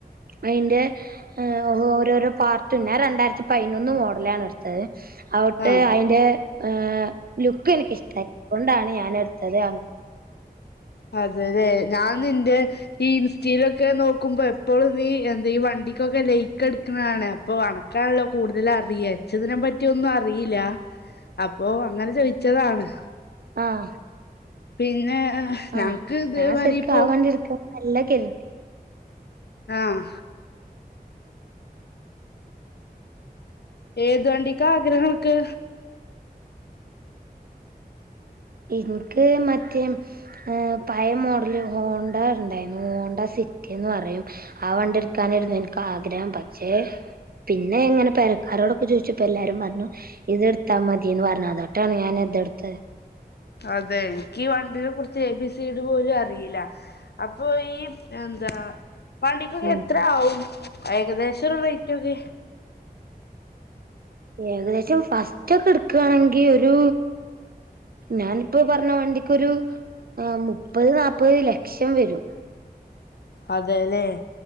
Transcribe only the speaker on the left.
ആഹ്
അതെലെ ഞാൻ നിന്റെ ഈ ഇൻസ്റ്റീലൊക്കെ നോകുമ്പേ എപ്പോളും നീ എന്താ ഈ വണ്ടിക്കൊക്കെ ലൈക്‌ അടിക്കണേ കാണാം അപ്പൊ അനക് ആണല്ലോ കൂടുതൽ അറിയാ ഇച്ച് ഇതിനെപറ്റി ഒന്നും അറീല അപ്പൊ അങ്ങനെ ചോയ്ച്താണ്
പിന്നെ ഞങ്ങക്ക്
ഇതേമാരി
ഇപ്പോ
ആഹ് ഏത് വണ്ടിക്ക ആഗ്രഹം അന്ക്ക്
അതെ ഇന്ക്കി ഈ വണ്ടിനെ കുറച് എബിസിഡി പോലും അറീല, അപ്പൊ ഈ എന്താ വണ്ടിക്കൊക്കെ
എത്രവും ഏകദേശം ഒര് റേറ്റ് ഒക്കെ
അതെലെ